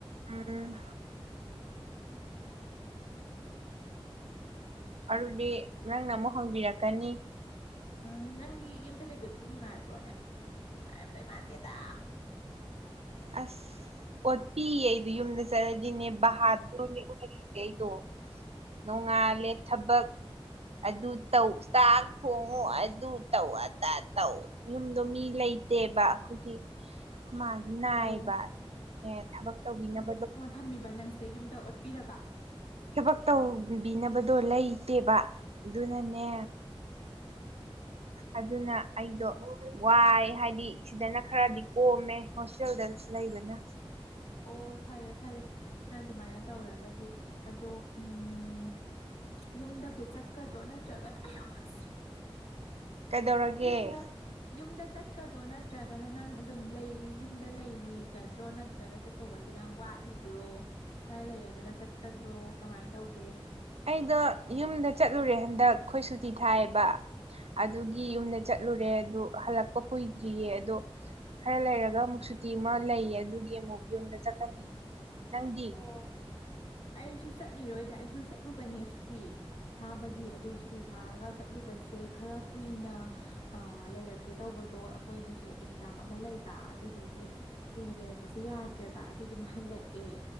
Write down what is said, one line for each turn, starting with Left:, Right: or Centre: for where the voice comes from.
Right: ꯎꯝ ꯑꯗꯨꯗꯤ ꯅꯪꯅ ꯑꯃꯨꯛ ꯍꯪꯕꯤꯔꯛꯀꯅꯤ
Left: ꯑ ꯅꯪꯗꯤ ꯌꯨꯝꯗ ꯂꯩꯕꯗꯨꯕꯨ ꯅꯨꯡꯉꯥꯏꯕ꯭ꯔꯣꯅꯦ ꯅꯨꯡꯉꯥꯏꯔꯝꯗꯣꯏ ꯃꯥꯟꯗꯦꯗ
Right: ꯑꯁ ꯑꯣꯠꯄꯤꯌꯦ ꯑꯩꯗꯣ ꯌꯨꯝꯗ ꯆꯠꯂꯗꯤꯅꯦ ꯕꯍꯥꯗꯨꯔ ꯑꯩꯗꯣ ꯅꯣꯡꯉꯥꯜꯂꯦ ꯊꯕꯛ ꯑꯗꯨ ꯇꯧ ꯆꯥꯛ ꯊꯣꯡꯉꯨ ꯑꯗꯨ ꯇꯧ ꯑꯗꯥ ꯇꯧ ꯌꯨꯝꯗꯣ ꯃꯤ ꯂꯩꯇꯦꯕ ꯑꯈꯣꯢꯗꯤ ꯃꯥ
Left: ꯑꯣ
Right: ꯅꯥꯢꯕ ꯅꯦ ꯊꯕꯛ ꯇꯧꯕꯤꯅꯕꯗꯣ
Left: ꯐꯝꯃꯤꯕ ꯅꯪꯁꯦ ꯌꯨꯝꯗ ꯑꯣꯠꯄꯤꯔꯕ
Right: ꯊꯕꯛ ꯇꯧꯕꯤꯅꯕꯗꯣ ꯂꯩꯇꯦꯕ ꯑꯗꯨꯅꯅꯦ ꯑꯗꯨꯅ ꯑꯩꯗꯣ ꯋꯥꯢ ꯍꯥꯢꯗꯤ ꯁꯤꯗꯅ ꯈꯔꯗꯤ ꯀꯣꯝꯃꯦ ꯍꯣꯁꯇꯦꯜꯗ ꯂꯩꯕꯅ
Left: ꯑꯣ ꯐꯔꯦ ꯐꯔꯦ ꯅꯪ ꯑꯗꯨꯃꯥꯢꯅ ꯇꯧꯔꯒꯗꯤ ꯑꯗꯣ ꯎꯝ ꯌꯨꯝꯗꯕꯨ ꯆꯠꯀꯗ꯭ꯔꯣ ꯅꯠꯇ꯭ꯔꯒꯅ ꯑꯌꯣꯃ ꯁꯤ
Right: ꯀꯩꯗꯧꯔꯒꯦ
Left: ꯌꯨꯝꯗ ꯌꯨꯝꯗ ꯆꯠꯀꯗ꯭ꯔꯣ ꯅꯠꯇ꯭ꯔꯒꯅ ꯅꯪ ꯑꯗꯨꯝ ꯂꯩ ꯌꯨꯝꯗ ꯂꯩꯒꯗ꯭ꯔꯣ ꯅꯠꯇ꯭ꯔꯒ ꯆꯠ ꯇꯧꯕꯁꯤꯗꯪ ꯋꯥꯠꯂꯤꯕ꯭ꯔꯣ ꯈꯔ ꯂꯩꯔꯒꯒ ꯆꯠꯀꯗ꯭ꯔꯣ ꯀꯃꯥꯢ ꯇꯧꯒꯦ
Right: ꯑꯩꯗꯣ ꯌꯨꯝꯗ ꯆꯠꯂꯨꯔꯦ ꯍꯟꯗꯛ ꯈꯣꯏ ꯁꯨꯇꯤ ꯊꯥꯢꯑꯦꯕ ꯑꯗꯨꯒꯤ ꯌꯨꯝꯗ ꯆꯠꯂꯨꯔꯦ ꯑꯗꯨ ꯍꯜꯂꯛꯄ ꯀꯨꯢꯗ꯭ꯔꯤꯌꯦ ꯑꯗꯣ ꯈꯔ ꯂꯩꯔꯒ ꯑꯃꯨꯛ ꯁꯨꯇꯤ ꯑꯃ ꯂꯩꯌꯦ ꯑꯗꯨꯒꯤ ꯑꯃꯨꯛ ꯌꯨꯝꯗ ꯆꯠꯀꯅꯤ ꯅꯪꯗꯤ
Left: ꯑꯣ ꯑꯩꯁꯨ ꯆꯠꯂꯤꯔꯣꯢꯗ ꯑꯩꯁꯨ ꯆꯠꯂꯨꯕꯅꯦ ꯁꯨꯇꯤ ꯊꯥꯕꯒꯤ ꯑꯗꯨ ꯁꯨꯇꯤ ꯊꯥꯔꯒ ꯆꯠꯂꯨꯕꯁꯦ ꯈꯔ ꯀꯨꯢꯅ ꯑ ꯂꯩꯔꯛꯀꯦ ꯇꯧꯕꯗꯣ ꯑꯩꯈꯣꯢꯒꯤꯁꯨ ꯑꯦꯛꯖꯥꯝ ꯑꯃ ꯂꯩꯕ ꯑꯗꯨꯗꯨꯒꯤ ꯀꯨꯢꯅ ꯂꯩꯔꯛꯄꯁꯦ ꯌꯥꯗ꯭ꯔꯦꯕ ꯑꯗꯨ ꯑꯗꯨꯝ ꯍꯜꯂꯛꯑꯦ